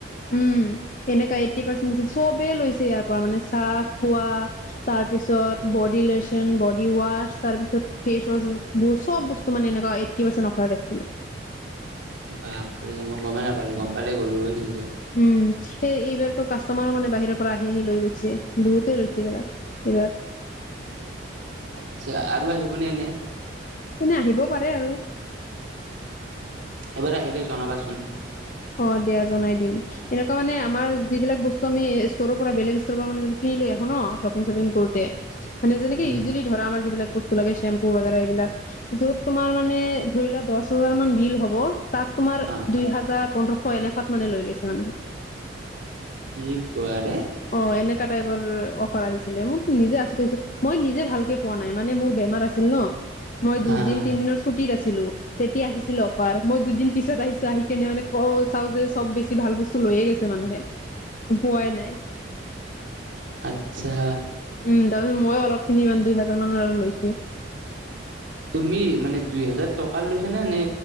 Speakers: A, on the left; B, on the right.
A: উম এনেকুৱা এইটি পাৰ্চেণ্ট দিচে চবেই লৈছে ইয়াৰ পৰা মানে চাৰ্ফ পোৱা তাৰ পিছত বডি লোচন বডি ৱাছ তাৰপিছত ফেচ ৱাছবোৰ চব বস্তু মানে এনেকুৱা এইটি পাৰ্চেণ্ট অফাৰ দিছিলে
B: বাপ ৰে মই গমেই নাপালো গম পালে গ'লো হয় কিন্তু
A: উম সেই এইবাৰতো কাষ্টমাৰো মানে বাহিৰৰ পৰা আহি আহি লৈ গৈছে বহুতেই লৈছে এইবিলাক ইয়াত
B: আচ্ছা আৰু আহিবনে এনে
A: এনে আহিব পাৰে আৰু
B: এবাৰ আহিলে জনাবাচোন
A: হব দিয়া জনাই দিম এনেকুৱা মানে আমাৰ যিবিলাক বস্ত আমি ষ্টৰৰ পৰা বেলেগ ষ্টৰ পৰা মানে কিনি লৈ আহো ন শ্বপিং শ্বপিং কৰোতে মানে যেনেক
B: উম
A: ইউজেলি ধৰা আমাৰ যিবিলাক বস্তু ফোলাগেচীআম চেম্পু বাগেৰা এইবিলাক য'ত তোমাৰ মানে ধৰি লোৱা দহ হাজাৰ মান বিল হ'ব তাত তোমাৰ
B: অ
A: দুই হাজাৰ পোন্ধৰশ এনেকাত মানে লৈ লৈছে মানুহে
B: কি কোৱাৰে
A: অ এনেকা টাইপৰ অফাৰ আহিছিলে মোক নিজে আছৰিত হৈছু মই নিজে ভালকে পোৱা নাই মানে মোৰ বেমাৰ আছিল ন মই দুইদিন
B: হা হা
A: তিনদিনৰ ছু ছুটিত আছিলো তেতিয়া আহিছিলে অফাৰ মই দুদিন পিছত আহিছো আহি কেনে মানে ক চাও যে চব বেছি ভাল বস্তু লৈয়ে গৈছে মানুহে পোৱাই নাই
B: আচ্ছা
A: উম তাৰ পিছত মইও অলপ খিনি ইমান দুই হাজাৰ মানৰ আৰু লৈছো
B: তুমি মানে দুই হেজাৰ টকা লৈছানে নে